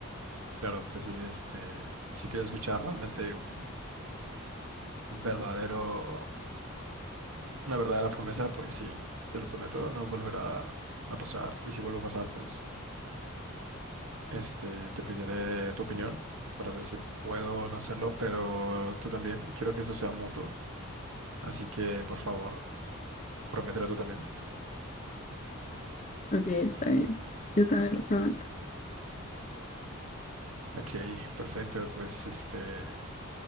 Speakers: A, on the right; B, on the left.
A: claro, pues sí, este, si quieres escuchar realmente un verdadero, una verdadera promesa, pues sí, te lo prometo, no volverá a pasar. Y si vuelve a pasar, pues, este, te pediré tu opinión para ver si puedo o no hacerlo, pero tú también, quiero que esto sea mutuo, así que por favor, promételo tú también.
B: Ok, está bien. Yo también lo prometo.
A: Ok, perfecto, pues este,